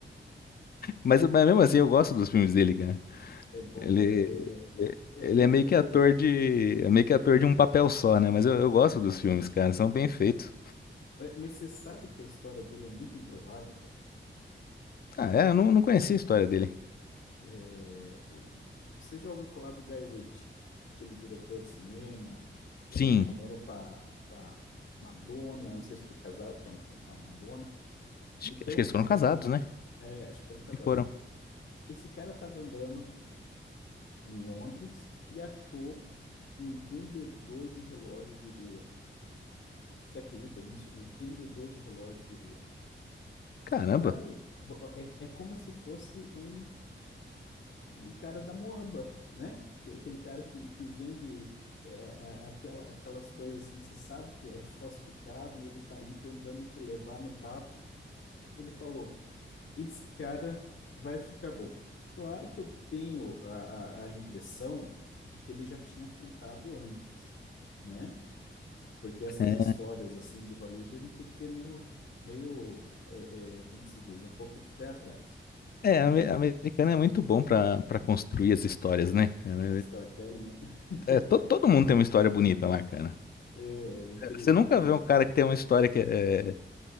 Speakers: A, on the left (about 50°); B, on the left (about 70°).
A: Mas, mas mesmo assim, eu gosto dos filmes dele,
B: É bom,
A: Ele,
B: cara. É, é
A: ele
B: bom
A: é meio
B: porque
A: que ator de, é meio que ator de um papel só, né? Mas eu, eu gosto
B: é,
A: dos filmes, cara, são bem feitos.
B: Ué, Mas você sabe que a história dele é muito improvável, cara?
A: Ah, é, eu não, não conhecia a história dele.
B: É, o- você já ouviu falar do Guy Ritchie, aquele diretor de cinema, é,
A: Sim,
B: namorou com a, com a Madonna, não sei se foi casado com a, com a Madonna.
A: acho
B: Então,
A: que acho que eles foram casados, né?
B: é, acho que foram casados,
A: E foram.
B: sim. Esse cara estava andando em Londres e achou um vendedor de relógio de rua. Você acredita nisso? Um vendedor de relógio de rua.
A: Caramba.
B: Sabe, vo- é, é como se fosse um um cara da Moamba, né? Que- Aquele cara que, que vende é, a- aquela, aquelas coisas assim que você sabe que é <laughs> falsificado e ele tá ali tentando te levar no papo. Ele falou: esse cara vai ficar bom. Claro que eu tenho a, a, a impressão de que ele já tinha tentado antes, né? Porque essas
A: É,
B: histórias assim de Hollywood a gente tem que ter meio, meio é, é, como que se diz, um pouco de pé atrás.
A: é, ame-
B: E
A: americano é muito bom pra, pra construir as histórias, né, cara?
B: storytelling, né? <laughs>
A: É, é, é, to- todo mundo tem uma história bonita lá, cara.
B: É, incrível,
A: Você nunca
B: incrível.
A: vê um cara que tem uma história que é,